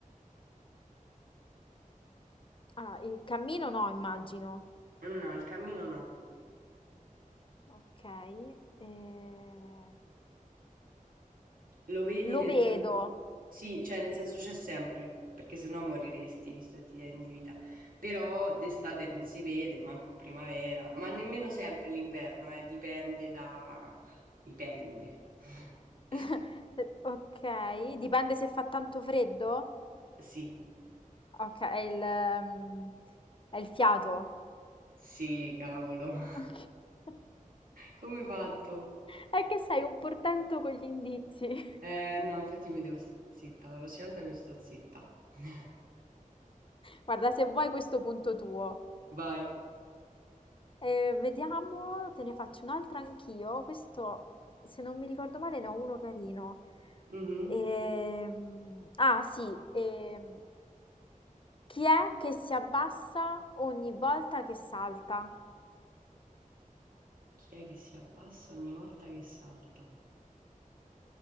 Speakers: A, on the left (about 40°); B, on the right (about 85°).
A: Ah, il cammino no, immagino.
B: Mm, No, il cammino no.
A: Ok, eh,
B: Lo vedi
A: lo
B: nel
A: vedo.
B: senso... Sì, cioè nel senso c'è sempre, perché sennò moriresti, visto che ti tieni di vita. Però d'estate non si vede, manco primavera, ma nemmeno sempre l'inverno, eh, dipende da... dipende. <laughs>
A: <laughs> Ok, dipende se fa tanto freddo.
B: Sì,
A: Ok, è il, ehm, è il fiato.
B: sì, cavolo. <laughs>
A: Ok. <laughs>
B: Come hai fatto?
A: È che sei un portento con gli indizi. <laughs>
B: Eh, no, infatti mi devo stare zitta, la prossima volta mi sto zitta. <laughs>
A: Guarda, se vuoi questo punto tuo.
B: Vai.
A: Ehm, vediamo, te ne faccio un'altra anch'io. Questo, se non mi ricordo male, ne ho uno carino.
B: Mhm.
A: Ehm, ah, sì. ehm, chi è che si abbassa ogni volta che salta?
B: Chi è che si abbassa ogni volta che salta?